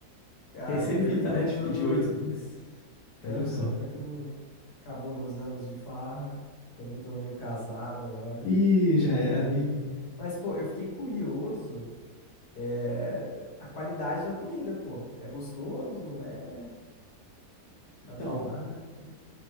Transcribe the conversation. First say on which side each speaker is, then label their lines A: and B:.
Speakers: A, on the left; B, on the left.
A: Cara,
B: Que aí você
A: pena
B: evita,
A: que eu
B: né,
A: não
B: de
A: tô
B: pedir
A: no.
B: oito drinks. Pede
A: Aham,
B: um só.
A: pena que eu não. Acabou meus anos de farra. Também tô meio casado agora.
B: Ih, já era, ih.
A: Mas, pô, eu fiquei curioso. É... A qualidade da comida, pô. É gostoso, não é? Nada
B: Então,
A: demais.